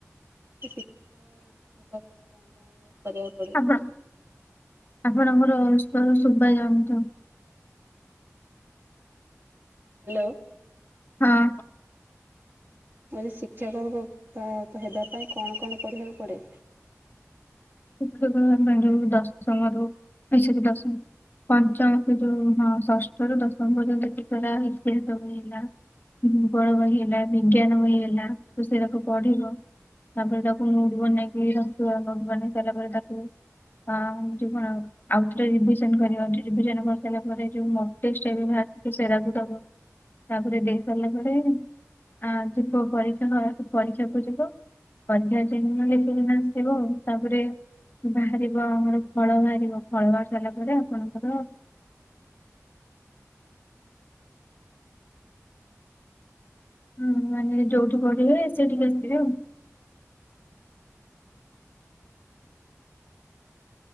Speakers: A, on the right; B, on the left.
A: କି ଶିକ୍ଷକ ହେବା ପାଇଁ କଣ କଣ କରିବାକୁ ପଡିବ?
B: ବା ଆପଣଙ୍କର ସ୍ୱରଶୁପରେ ରହନ୍ତୁ।
A: ହାଲୋ।
B: ହଁ।
A: ଜଣେ ଶିକ୍ଷକ ହବତା ହେବା ପାଇଁ କଣ କଣ ପଢ଼ିବାକୁ ପଡ଼େ?
B: ଶିକ୍ଷକ ହବାପାଇଁ ଯୋଉ ଦଶମ ରୁ ନାଇ ସରି ଦଶମ ପଞ୍ଚମ ରୁ ଯୋଉ ହଁ ଷଷ୍ଠ ରୁ ଦଶମ ପର୍ଯ୍ୟନ୍ତ ହିଟ୍ରି ସବୁ ହେଲା। ଭୂଗୋଳ ବହି ହେଲା ବିଜ୍ଞାନ ବହି ହେଲା ତ ସେଇରାକୁ ପଢିବ। ତାପରେ ତାକୁ ନୋଟ ବନେଇକି ରଖିବ ନୋଟ ବନେଇ ସାରିଲା ପରେ ତାକୁ ହଁ ଟିପଣା। ଆଉଥରେ ରିଭିଜନ କରିବ ରିଭିଜନ କରିସାରିଲା ପରେ ଯୋଉ ମକ୍ ଟେଷ୍ଟେ ଏବେ ବାହାରିଛି ସେରା କୁ ଦବ। ତାପରେ ଦେଇ ସାରିଲା ପରେ ଆ ଯିବ ପରୀକ୍ଷା ପରୀକ୍ଷାକୁ ଯିବ। ପରୀକ୍ଷାରେ ସେଦିନ ଲେଖିକି ନା ଆସିବ ତା ତାପରେ ବାହାରିବ ଆମର ଫଳ ବାହାରିବ ଫଳ ବାହାରି ସାରିଲା ପରେ ଆପଣଙ୍କର ହୁଁ ମାନେ ଯୋଉଠି ପଢିବେ ସେଠିକି ଆସିବେ ଆଉ।